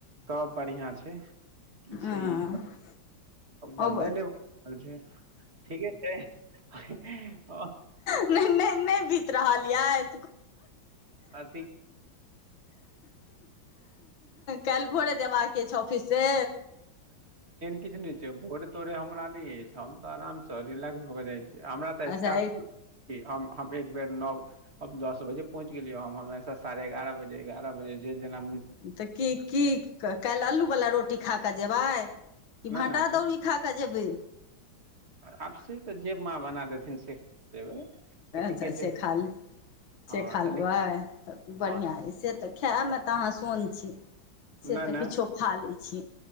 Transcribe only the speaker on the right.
सब बढ़िआँ छै ई
छै ई बन्दे
नहि रहल छै ठीके छै ओ
अथी
किछ ने छै भोरे तोरे हमरा न अछि हम ते आराम से रिलैक्स भ के जाय ज हमरा तऽ स्टाफ
फोन छी हम हम एक बेर नओ दस बजे पहुँच गेलियै हम हमेशा साढ़े एगारह बजे एगारह बजे जेजेना
नहि
नहि
सुन
आब से तऽ जे माँ बना देथिन से देबै तऽ
की कहै छै
हँ
तऽ
हँ
नहि
नहि